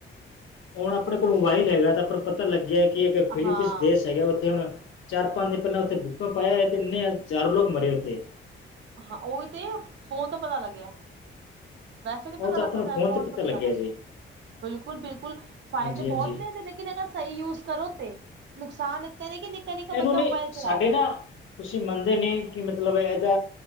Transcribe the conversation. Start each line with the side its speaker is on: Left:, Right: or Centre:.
Left: ਹੁਣ ਆਪਣੇ ਕੋਲ ਮੋਬਾਈਲ ਹੈਗਾ ਤਾਂ ਆਪਾਂ ਨੂੰ ਪਤਾ ਲੱਗਿਆ ਕਿ ਇੱਕ ਫਿਲੀਪੀਨਸ
Right: ਹਾਂ
Left: ਦੇਸ਼ ਹੈਗਾ ਉੱਥੇ ਹੁਣ ਚਾਰ ਪੰਜ ਦਿਨ ਪਹਿਲਾਂ ਉੱਥੇ ਭੂਕੰਪ ਅਇਆ ਤੇ ਐਨੇ ਹਜ਼ਾਰਾਂ ਲੋਕ ਮਰੇ ਉੱਥੇ
Right: ਹਾਂ, ਓਹੀ ਤੇ ਫੋਨ ਤੋਂ ਪਤਾ ਲੱਗਿਆ। ਵੈਸੇ ਨੀ ਪਤਾ
Left: ਉਹ ਤਾਂ
Right: ਲੱਗਦਾ
Left: ਆਪਾਂ ਨੂੰ
Right: ਸਾਰਾ ਫੋਨ
Left: ਤੇ
Right: ਤੋਂ ਪਤਾ
Left: ਲੱਗਿਆ
Right: ਲੱਗਦਾ
Left: ਜੀ
Right: ਬਿਲਕੁਲ-ਬਿਲਕੁਲ ਫਾਇਦੇ
Left: ਹਾਂਜੀ
Right: ਬਹੁਤ
Left: ਹਾਂਜੀ
Right: ਨੇ ਇਹਦੇ ਲੇਕਿਨ <unintelligible> ਸਹੀ ਯੂਜ ਕਰੋ ਤੇ ਨੁਕਸਾਨ ਇਤਨੇ ਨੇ ਕਿ ਨਿੱਕਾ ਨਿੱਕਾ
Left: ਇਹਨੂੰ
Right: ਬੱਚਾ
Left: ਨਹੀਂ
Right: ਮੋਬਾਇਲ ਚਲਾ
Left: ਸਾਡੇ
Right: ਰਿਹਾ।
Left: ਨਾ ਤੁਸੀਂ ਮੰਨਦੇ ਨਹੀਂ ਕਿ ਮਤਲਬ ਇਹਦਾ